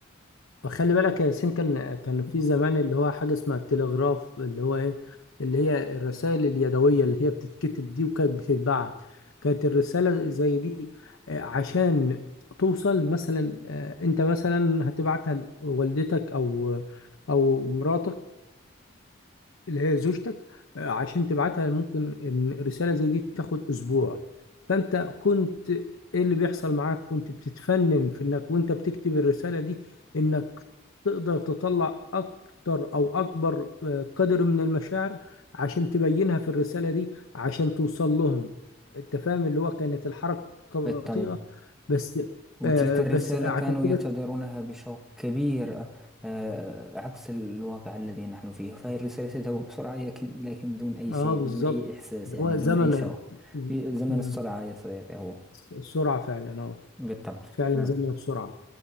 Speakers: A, on the left; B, in the centre.
A: خلي بالك يا ياسين كان كان في زمان اللي هو حاجة اسمها التلغراف اللي هو ايه اللي هي الرسائل اليدوية اللي هي بتتكتب دي وكانت بتتبعت كانت الرسالة زي دي آه، عشان توصل مثلا آه، انت مثلا هتبعتها لوالدتك او او مراتك اللي هي زوجتك آه، عشان تبعتها ممكن إن رسالة زي دي تاخد أسبوع فأنت كنت إيه اللي بيحصل معاك كنت بتتفنن في إنك وأنت بتكتب الرسالة دي إنك تقدر تطلع أكتر أو أكبر آه، قدر من المشاعر عشان تبينها في الرسالة دي عشان توصل لهم أنت فاهم اللي هو كانت الحركة بطيئة
B: بالطبع
A: بس
B: وتلك
A: آه
B: الرسالة
A: بس عشان
B: كانوا
A: كده
B: ينتظرونها بشوق كبير آه، آه، عكس الواقع الذي نحن فيه فهي الرسالة تذهب بسرعة لكن لكن بدون أي
A: اه
B: شيء
A: بالظبط
B: بدون أي إحساس
A: اللي
B: يعني
A: هو
B: بدون
A: زمن
B: أي شوق في زمن
A: مم،
B: السرعة يا صديقي هو
A: السرعة فعلا اه
B: بالطبع
A: فعلا
B: فكما
A: زي ما بسرعة